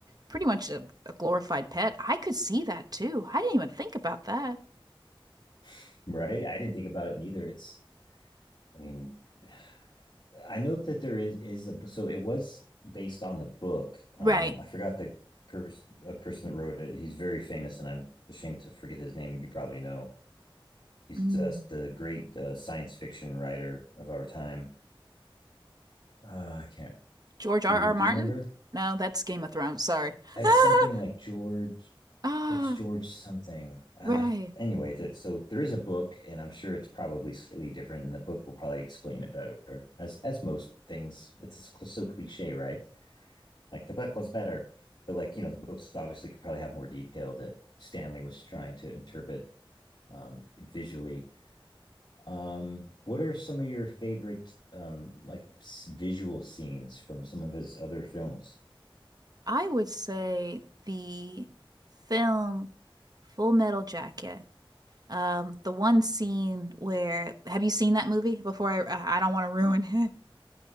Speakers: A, on the right; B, on the left.
A: pretty much a, a glorified pet. I could see that too. I didn't even think about that.
B: <laughs> right? I didn't think about it neither. It's, I mean, <sighs> I know that there is is a so it was based on the book. Um,
A: Right.
B: I forgot the person a person that wrote it. He's very famous, and I'm ashamed to forget his name. And you probably know he's
A: Mm.
B: uh, the great uh, science fiction writer of our time. Uh, I can't.
A: George
B: Do
A: R.
B: you
A: R.
B: do
A: Martin?
B: you remember?
A: No, that's Game of Thrones. Sorry.
B: It's
A: <laughs>
B: something like George
A: Ah,
B: it's George something. Ah,
A: right.
B: anyway, that so there is a book, and I'm sure it's probably slightly different, and the book will probably explain it better. As as most things, it's so so cliche, right? Like the book was better, but like you know, the books obviously could probably have more detail that Stanley was trying to interpret um, visually. Um, what are some of your favorite um, like visual scenes from some of his other films?
A: I would say the film Full Metal Jacket. Um, the one scene where have you seen that movie before? I I don't want to ruin it.